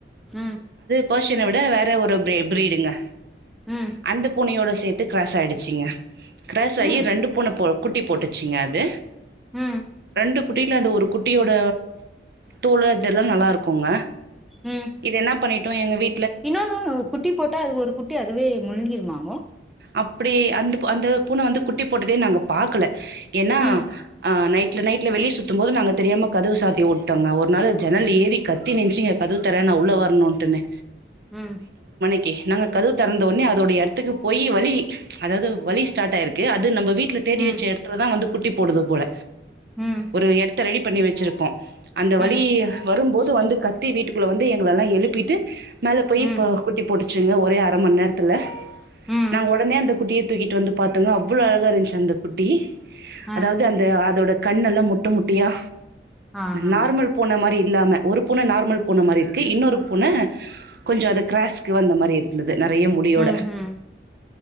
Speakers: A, in the centre; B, on the right.
A: ம்
B: பெர்ஷன விட வேற ஒரு பிரெ பிரீடுங்க
A: ம்
B: அந்த பூனையோட சேத் து கிரராஸ் ஆகிடுச்சிங்க கிராஸ்
A: ம்
B: ஆகி ரெண்டு பூன போ குட்டி போட்டுச்சிங்க அது
A: ம்
B: ரெண்டு குட்டியில அந்த ஒரு குட்டியோட தோல் அதெல்லாம் நல்லா இருக்கும்ங்க
A: ம்
B: இது என்ன பண்ணிட்டோம் எங்க வீ
A: இன்னொன்னு குட்டி போட்டா அது ஒரு குட்டி அதவே முழுங்கிருமாங்கு
B: அப்டி அந்த அந்த பூன வந்து குட்டி போட்டதே நாங்க பார்க்கல ஏன்னா
A: ம்
B: அ நைட் நைட்ல நைட்ல வெளிய சுத்தும் போது நாங்க தெரியாம கதவு சாத்தி ட்டோங்க ஒரு நாள் ஜன்னல் ஏறி கத்தினுச்சுங்க கதவு தரனு உள்ள வரணும்ட்டுனே
A: ம்
B: ஓகே நாங்க கதுவு திறந்தவுடனே அதோட இடத்துக்கு போய் வலி அதாவது வலி ஸ்டார்ட் ஆயிருக்கு அது நம்ம வீட்கே வீட்ல தேடி
A: ம்
B: வச்ச இடத்துல தான் வந்து குட்டி போடுது போல
A: ம்
B: ஒரு எடத்த ரெடி பண்ணி வச்சிருப்போ அந்த
A: ம்
B: வலி வரும்போது வந்து கத்தி வீட்டுக்குள்ள வந்து எங்களால எல்லா எழுப்பிட்டு மேலே போய்
A: ம்
B: போ குட்டி போட்டுச்சுங்க ஒரே அர மணி நேரத்தில்
A: ம்
B: நாங்க ஒடனே அந்த குட்டிய தூக்கிட்டு வந்து பாத்தோங்க அவ்வளோ அழகா இருந்துச்சு அந்த குட்டி
A: ஆ
B: அதாவது அந்த அதோட கண் எல்லாம் முட்டை முட்டியா
A: ஆஹா
B: நார்மல் பூன மாரி இல்லாம ஒரு பூன நார்மல் பூன மாதிரி இருக்குது இன்னொரு பூன கொஞ்சம் அது க்ராாஸ்க்கு வந்த மாதிரி இருந்தது நெறைய முடியோட
A: ம் ம்